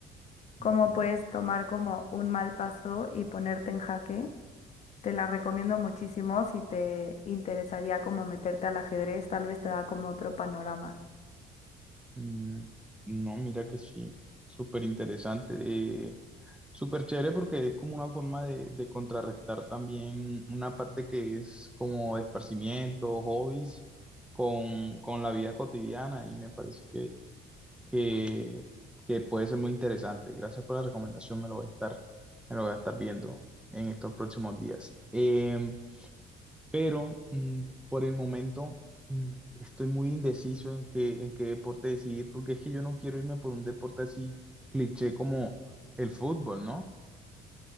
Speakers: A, on the left; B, in the centre.
A: cómo
B: Ujú.
A: puedes tomar como un mal paso y ponerte en jaque. Te la recomiendo muchísimo si te interesaría como meterte al ajedrez, tal vez te da como otro panorama.
B: Mm, No, mira que sí, súper interesante, eh, súper chévere porque es como una forma de, de contrarrestar también una parte que es como esparcimiento, hobbies, con, con la vida cotidiana y me parece que, que, que puede ser muy interesante. Gracias por la recomendación, me lo voy a estar, me lo voy a estar viendo en estos próximos días. Em, Pero mm, por el momento mm, estoy muy indeciso en qué, en qué deporte decidir, porque es que yo no quiero irme por un deporte así cliché como el fútbol, ¿no?